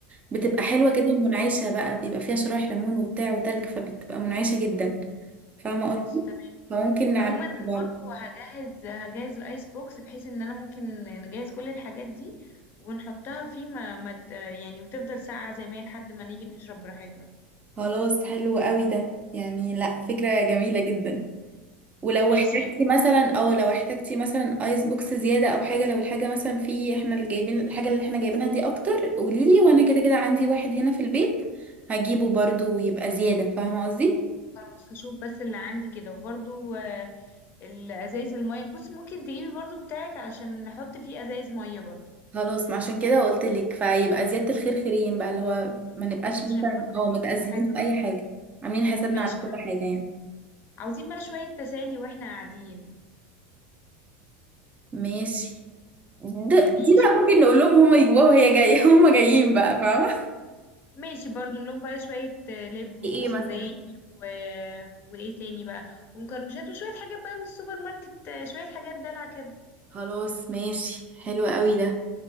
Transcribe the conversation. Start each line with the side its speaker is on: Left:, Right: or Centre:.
Right: بتبقى حلوة
Left: تمام
Right: كده ومنعشة بقى بيبقى فيها شرايح ليمون وبتاع وتلج فبتبقى منعشة جدا فاهمة
Left: خلاص
Right: قصدي فممكن نعملها
Left: عموما برضو
Right: برضه
Left: هجهز هجهز الايس بوكس بحيث ان انا ممكن نجهز كل الحاجات دي ونحطها فيه ما, ما ت- يعني وتفضل ساقعة زي ما هي لحد ما نيجي نشرب براحتنا
Right: خلاص حلو قوي ده يعني لا فكرة جميلة جدا ولو
Left: ماشي
Right: احتجتي مثلا او لو احتجتي مثلا ايس بوكس زيادة او حاجة لو الحاجة مثلا في احنا اللي جايبين الحاجة اللي احنا جايبينها دي اكتر قوليلي وانا كده كده عندي واحد هنا في البيت هجيبه برضه ويبقى زيادة فاهمة قصدي
Left: خلاص هشوف بس اللي عندي كده وبرضو آه، الازايز المية بصي ممكن تجيبي برضو بتاعك علشان نحط فيه ازايز مية برضو
Right: خلاص ما عشان كده قلت لك فيبقى زيادة الخير خيرين بقى اللي هو ما نبقاش
Left: خلاص
Right: مثلا
Left: عشان برضو
Right: اه
Left: يبقى
Right: متأزمين
Left: كل حاجة
Right: في أي حاجة
Left: كويسة.
Right: عاملين حسابنا
Left: ماشي
Right: على كل
Left: حلو
Right: حاجة يعني
Left: عاوزين بقى شوية تسالي واحنا قاعدين
Right: ماشي ده
Left: يعني
Right: دي
Left: شوية
Right: بقى ممكن نقول لهم هما يجوا وهي جاية <laughs> هما جايين بقى فاهمة
Left: ماشي برضو نلوم بقى شوية آه، لب وسوداني
Right: ايه مثلا
Left: و... وإيه تاني بقى ومكرمشات وشوية حاجات بقى من السوبر ماركت آه، شوية حاجات دلع كده
Right: خلاص ماشي حلو قوي ده